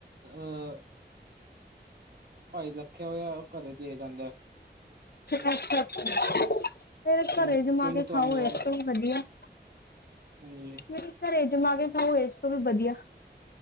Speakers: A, on the right (about 60°); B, on the left (about 60°).
A: ਅਹ' ਭਾਈ ਰੱਖਿਆ ਹੋਇਆ ਘਰੇ ਦੇ ਜਾਂਦਾ।
B: ਅੱਛਾ ਅੱਛਾ ਫੇਰ ਘਰੇ
A: ਅ
B: ਜਮਾ
A: ਪਿੰਡ
B: ਕੇ
A: ਤੋਂ
B: ਖਾਓ
A: ਆਉਂਦਾ
B: ਇਸ ਤੋਂ ਵੀ ਵਧੀਆ। <inaudible>
A: ਹੋਰ।
B: ਮੇਰੇ ਘਰੇ ਜਮਾ ਕੇ ਖਾਓ ਇਸ ਤੋਂ ਵੀ ਵਧੀਆ